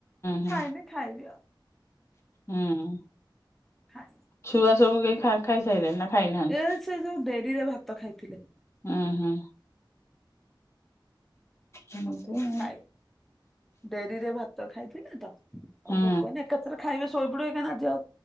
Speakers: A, on the left (about 35°); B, in the centre.
A: ହୁଁ
B: ଖାଇନି ଖାଇବି ଆଉ।
A: ହୁଁ।
B: ଖାଏଁ।
A: ଛୁଆ ସବୁ କେହି ଖା-ଖାଇସାଇଲେଣି ନା, ଖାଇନାହାଁନ୍ତି?
B: ଏ ସେ ଯୋଉ ଡେରିରେ ଭାତ ଖାଇଥିଲେ।
A: ହୁଁ, ହୁଁ। ହେମିତି ଆ
B: ଖାଇ, ଡେରିରେ ଭାତ୍ ତ ଖାଇଥିଲେ ତ! ଆଉ
A: ହୁଁ
B: ଭୋକ ହେଇନି, ଏକାଥରେ ଖାଇବେ ଶୋଇପଡିବେ କାଇଁ ନା ଆଜି ଆଉ